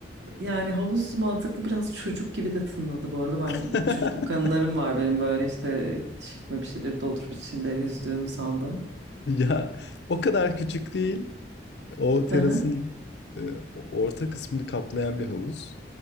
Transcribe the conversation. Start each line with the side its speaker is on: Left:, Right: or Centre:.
Right: yani havuz mantıklı biraz çocuk gibi de tınladı bu arada. Ben
Left: <laughs>
Right: çocukluk anılarım var benim böyle işte şişme bir şeyleri doldurup içinde yüzdüğümü sandım.
Left: Ya o kadar küçük değil. O terasın
Right: Hı hı.
Left: e, o- orta kısmını kaplayan bir havuz.